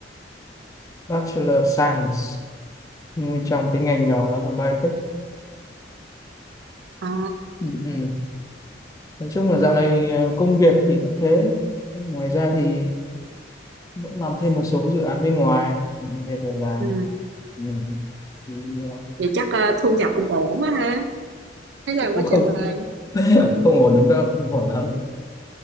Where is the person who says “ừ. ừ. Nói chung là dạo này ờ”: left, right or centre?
Left